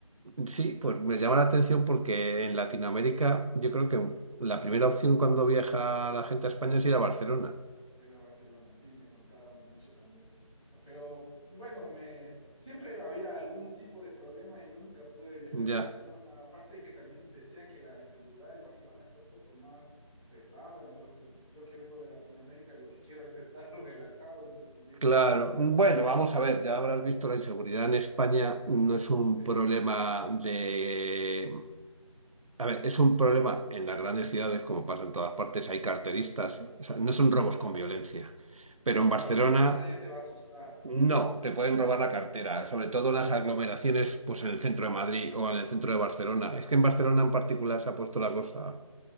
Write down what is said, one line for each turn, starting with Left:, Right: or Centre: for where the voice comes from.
Right: Sí, pues me llama la atención porque en Latinoamérica yo creo que la primera opción cuando viaja la gente a España es ir a Barcelona.
Centre: Era Barcelona, sí, me contaron muchos amigos. Pero bueno, me siempre había algún tipo de problema y nunca pude viajar
Right: Ya.
Centre: a Barcelona. Aparte que también decían que la inseguridad en Barcelona está un poco más pesada, entonces yo que vengo de Latinoamérica lo que quiero es estar <laughs> relajado, entonces dije,
Right: Claro, bueno,
Centre: no,
Right: vamos a ver, ya habrás visto la inseguridad en España no es un
Centre: sí,
Right: problema de... A ver, es un problema en las grandes ciudades, como pasa en todas partes, hay carteristas,
Centre: sí,
Right: o sea, no son robos
Centre: claro,
Right: con violencia, pero
Centre: claro,
Right: en Barcelona
Centre: no, nadie te va a asustar.
Right: no, te pueden robar la cartera, sobre todo en las aglomeraciones, pues en el centro de Madrid o en el centro de Barcelona. Es que en Barcelona en particular se ha puesto la cosa,